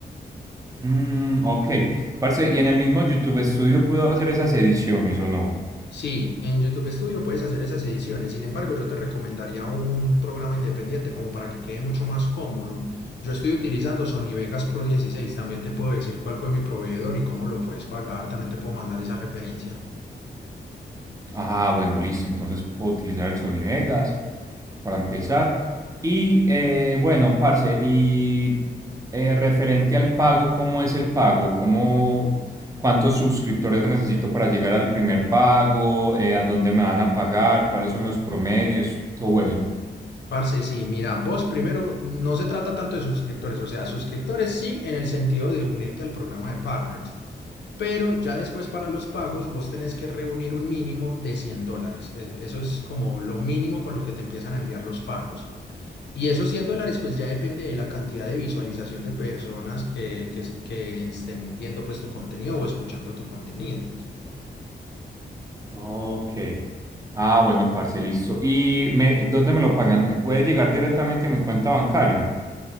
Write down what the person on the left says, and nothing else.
Sí, en YouTube Studio puedes hacer esas ediciones. Sin embargo, yo te recomendaría un programa independiente como para que quede mucho más cómodo. Yo estoy utilizando Sony Vegas Pro 16. También te puedo decir cuál fue mi proveedor y cómo lo puedes pagar. También te puedo mandar esa referencia.
Parce, sí, mira, vos primero no se trata tanto de suscriptores, o sea, suscriptores sí en el sentido de unirte al programa de partners, Pero ya después para los pagos vos tenés que reunir un mínimo de 100 dólares. E- Eso es como lo mínimo con lo que te empiezan a enviar los pagos. Y esos 100 dólares pues ya depende de la cantidad de visualización de personas que, que, que estén viendo pues tu contenido o escuchando tu contenido.